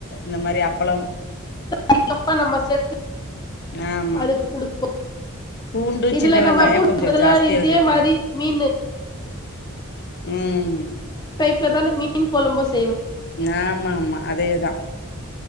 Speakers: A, on the left (about 50°); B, on the left (about 20°).
A: இந்த மாரி அப்பளம்
B: அதுக்கப்ற நம்ம சேத்து
A: ஆமா
B: அதுக்கு குடு
A: பூண்டு
B: இதுல
A: சின்ன
B: நம்ம
A: வெங்காயோ
B: பூண்டுக்கு
A: கொஞ்சோ
B: பதலா
A: ஜாஸ்தியா
B: இதே
A: சேத்துக்கணு
B: மாரி மீனு
A: ம்
B: இப்டிதான மீன் கொழம்பு செ
A: ஆமாமா அதேதா